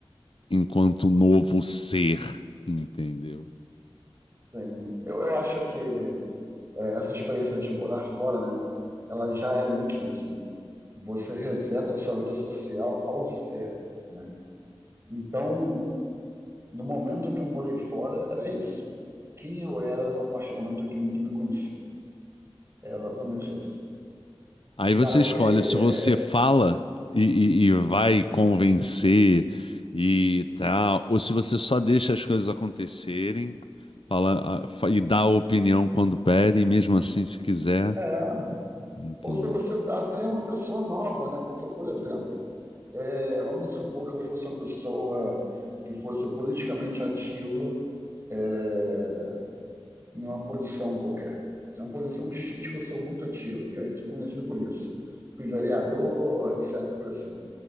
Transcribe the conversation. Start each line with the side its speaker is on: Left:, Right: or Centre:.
Left: enquanto novo ser, entendeu?
Right: Tem, eu, eu acho que é, essa experiência de morar fora, né? Ela já é meio que isso, né? Você reseta a sua vida social ao zero, né? Então, No momento em que eu morei fora, era isso. Quem eu era a partir do momento que ninguém me conhecia. É exatamente isso.
Left: Aí você
Right: E aí
Left: escolhe
Right: é,
Left: se você
Right: é-
Left: fala e, e- e vai convencer e tal, ou se você só deixa as coisas acontecerem, fala ah, fa- e dá a opinião quando pedem, mesmo assim se quiser,
Right: é.
Left: entendeu?
Right: Ou se você até é uma pessoa nova, né? Porque, por exemplo, é, vamos supor que eu fosse uma pessoa que fosse politicamente ativa, é, em uma posição qualquer. Tem uma posição X que eu sou muito ativo, e aí sou conhecido por isso. Fui vereador, etc. Coisa assim.